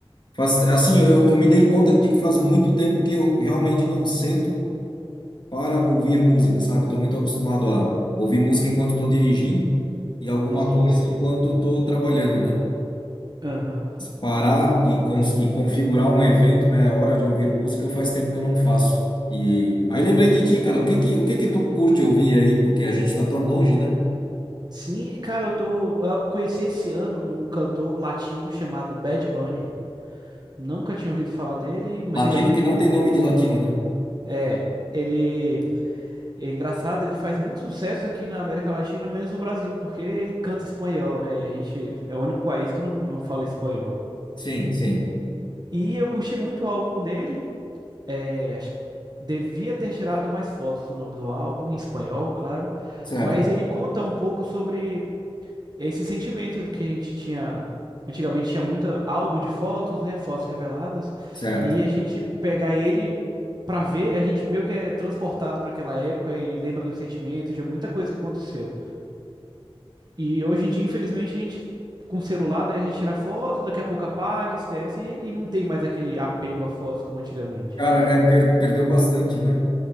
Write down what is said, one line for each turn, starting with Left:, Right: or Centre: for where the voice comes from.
Left: faz, assim, eu, eu me dei conta de que faz muito tempo que eu realmente não sento para ouvir música, sabe? Eu tô muito acostumado a ouvir música enquanto tô dirigindo e alguma
Right: Sim,
Left: coisa
Right: sim.
Left: enquanto tô trabalhando, né?
Right: Aham.
Left: parar e, cons- e configurar um evento, né? A hora de ouvir música faz tempo que eu não faço. E aí lembrei de ti, cara. O que que, o que que tu curte ouvir aí? Porque a gente tá tão longe, né?
Right: Sim, cara, eu tô. Eu conheci esse ano um cantor latino chamado Bad Bunny. Nunca tinha ouvido falar dele, mas
Left: Latino
Right: ele é muito.
Left: que não tem nome de latino, né?
Right: É, ele é engraçado, ele faz muito sucesso aqui na América Latina, menos no Brasil, porque ele canta espanhol, né? E a gente é o único país que não, não fala espanhol.
Left: Sim, sim.
Right: E eu curti muito o álbum dele. É, acho que devia ter tirado mais fotos do nome do álbum, em espanhol, claro.
Left: Certo,
Right: Mas ele conta um pouco sobre esse sentimento do que a gente tinha. Antigamente tinha muito álbum de fotos, né? Fotos reveladas.
Left: certo.
Right: E a gente pegar ele pra ver, a gente meio que é transportado pra aquela época e lembra dos sentimentos, de muita coisa que aconteceu. E hoje em dia, infelizmente, a gente. Com celular, né? A gente tira foto, daqui a pouco apaga, esquece e e não tem mais aquele apego a fotos como antigamente.
Left: Cara, é, per- perdeu bastante, né?